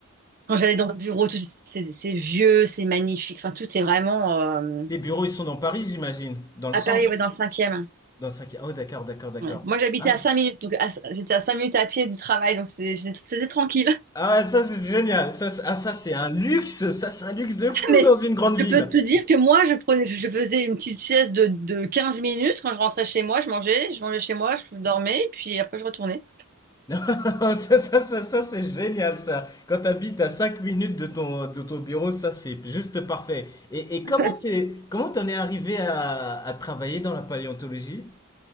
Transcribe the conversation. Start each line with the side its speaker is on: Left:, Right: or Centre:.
Right: quand j'allais dans le bureau, tout, c'est c'est vieux, c'est magnifique. Enfin, tout est vraiment euh,
Left: Les bureaux, ils sont dans Paris, j'imagine, dans le
Right: à
Left: centre.
Right: Paris, ouais, dans le cinquième.
Left: Dans 5 Oh, d'accord, d'accord, d'accord.
Right: Ouais. Moi, j'habitais
Left: Ah.
Right: à 5 minutes, donc à- j'étais à 5 minutes à pied du travail, donc c'est- j'ai- c'était tranquille.
Left: Ah, ouais, ça c'est génial. Ça, c'est- ah, ça c'est un luxe. Ça c'est un luxe de fou
Right: <laughs> Mais
Left: dans une grande
Right: je
Left: ville.
Right: peux te dire que moi, je prenais, je faisais une petite sieste de, de 15 minutes quand je rentrais chez moi, je mangeais, je mangeais chez moi, je dormais, puis après je retournais.
Left: <laughs> Ça, ça, ça, ça c'est génial ça. Quand t'habites à 5 minutes de ton, de ton bureau, ça c'est juste parfait. Et, et comment
Right: <laughs>
Left: t'es, comment t'en es arrivé à, à travailler dans la paléontologie?